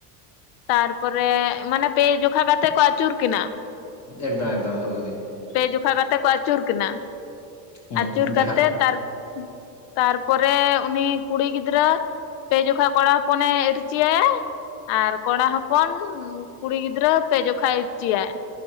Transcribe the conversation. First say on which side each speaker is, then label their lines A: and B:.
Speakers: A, on the left; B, on the left.
A: ᱛᱟᱨᱯᱚᱨᱮ ᱢᱟᱱᱮ ᱯᱮ ᱡᱚᱠᱷᱟ ᱠᱟᱛᱮᱜ ᱠᱚ ᱟᱹᱪᱩᱨ ᱠᱤᱱᱟᱹ᱾
B: ᱮᱠᱫᱚᱢ ᱮᱠᱫᱚᱢ ᱦᱳᱭ ᱦᱳᱭ᱾
A: ᱡᱚᱠᱷᱟ ᱠᱟᱛᱮ ᱠᱚ ᱟᱹᱪᱩᱨ ᱠᱤᱱᱟ᱾
B: ᱦᱩᱸ
A: ᱟᱹᱪᱩᱨ ᱠᱟᱛᱮᱜ
B: ᱡᱟᱦᱟᱸ
A: ᱛᱟᱨ ᱛᱟᱨᱯᱚᱨᱮ ᱩᱱᱤ ᱠᱩᱲᱤ ᱜᱤᱫᱽᱨᱟᱹ ᱯᱮ ᱡᱚᱠᱷᱟᱡ ᱠᱚᱲᱟ ᱦᱚᱯᱚᱱᱮ ᱤᱨᱪᱤᱭᱟᱭᱟ ᱟᱨ ᱠᱚᱲᱟ ᱦᱚᱯᱚᱱ ᱠᱩᱲᱤ ᱜᱤᱫᱽᱨᱟᱹ ᱯᱮ ᱡᱠᱷᱟᱡᱭ ᱮ ᱤᱨᱪᱤᱭᱟᱭ᱾